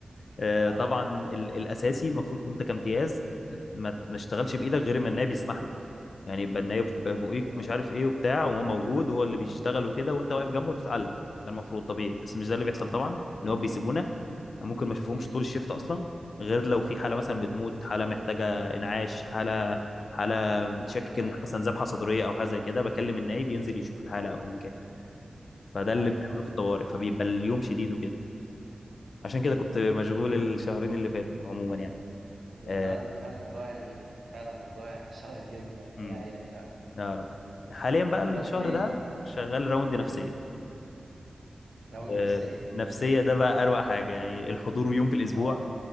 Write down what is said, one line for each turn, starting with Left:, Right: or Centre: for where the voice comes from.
Left: آه،
Right: اه
Left: طبعا
Right: اه
Left: ال- الاساسي المفروض ان انت كامتياز ما ما تشتغلش بايدك غير ما النائب يسمح لك يعني يبقى النائب فوقيك
Right: اه
Left: مش عارف ايه وبتاع وهو موجود وهو اللي بيشتغل وكده وانت واقف جنبه بتتعلم ده المفروض طبيعي بس مش ده اللي بيحصل طبعا ان هو بيسيبونا ممكن ما اشوفهمش
Right: امم
Left: طول الشيفت اصلا غير لو في حاله مثلا بتموت حاله محتاجه انعاش حاله حاله شاكك
Right: أيوه
Left: ان مثلا ذبحه صدريه او حاجه زي كده بكلم النائب ينزل يشوف الحاله او ايا كان فده اللي
Right: أيوه
Left: بيعمله
Right: أيوه
Left: في الطوارئ فبيبقى اليوم شديد وكده عشان كده
Right: امم
Left: كنت مشغول
Right: أمم.
Left: الشهرين اللي فاتوا عموما يعني
Right: لا
Left: آه،
Right: أنت فاهم الموضوع يعني فعلا موضوع يعني <laughs> شائك جدا ربنا
Left: امم
Right: يعينك فعلا
Left: يا رب حاليا بقى الشهر
Right: طب و
Left: ده شغال راوند نفسية
Right: مم. راوند
Left: آه،
Right: نفسية
Left: نفسية ده بقى أروع حاجة يعني الحضور يوم في الأسبوع
Right: اه